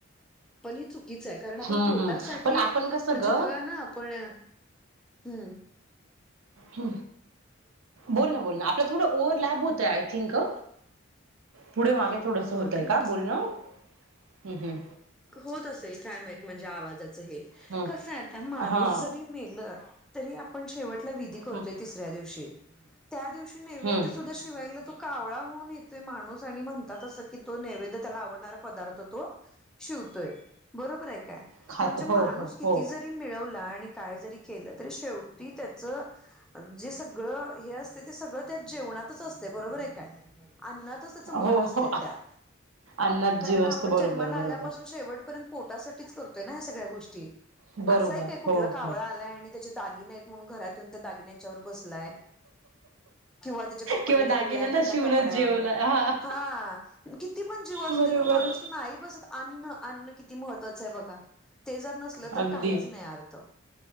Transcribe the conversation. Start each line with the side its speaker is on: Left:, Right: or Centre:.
Centre: पण हे चुकीच आहे, कारण आपण
Right: हम्म
Centre: पोटासाठी
Right: हम्म पण आपण कसं
Centre: म्हणजे
Right: ग
Centre: बघा ना आपण. हूं!
Right: ह बोल ना, बोल ना, आपलं थोडं ओव्हलॅबं होतंय आय थिंक. अ पुढे मागे थोडस
Centre: होय
Right: होतंय
Centre: काय
Right: का बोलणं, हूं हूं.
Centre: होत असेल काय माहित, म्हणजे आवाजाचं हे
Right: हम्म
Centre: कस आहे आता माणूस
Right: हा
Centre: जरी मे ल तरी आपण शेवटला विधी करतोय,
Right: हम्म
Centre: तिसऱ्या दिवशी त्या दिवशी नैवेद्य
Right: हम्म
Centre: सुद्धा शिवायला तो कावळा होऊन येतोय माणूस, आणि म्हणतात असं कि तो नैवेद्य, त्याला आवडणारा पदार्थ तो. शिवतोय बरोबर आहे काय,
Right: खात
Centre: म्हणजे माणूस
Right: हो हो
Centre: किती
Right: हो
Centre: जरी मिळवला आणि काय जरी केलं, तरी शेवटी त्याच जे सगळं हे असते, ते सगळं त्या जेवणातच असते, बरोबर आहे काय. अन्नातच अस त मन
Right: हो
Centre: असत
Right: हो
Centre: त्यात,
Right: अन्नात
Centre: कारण
Right: जीव
Centre: आपण
Right: असतो
Centre: जन्माला
Right: बरोबर
Centre: आल्या
Right: बरोबर
Centre: शेवट पर्यंत पोटासाठीच करतोय ना ह्या सगळ्या गोष्टी,
Right: बरोबर
Centre: अस आहे का कुठला
Right: हो
Centre: कावळा
Right: हो
Centre: आलाय आणी त्याचे दागिने हेत म्हणून, घरात येऊन त्या दागिन्यांच्यावर बसलाय. किंवा त्याचे कपडे
Right: किंवा दागिन्यांना
Centre: ठेवले आहेत, आणि
Right: शिवूनच
Centre: त्या कपड्या
Right: जेवला हा
Centre: हा किती पण जीव असू
Right: बरोबर
Centre: दे, खर माणूस नाही बसत अन्न, अन्न किती महत्वाचं आहे बघा. ते जर नसल तर
Right: अगदी
Centre: काहीच नाही अर्थ,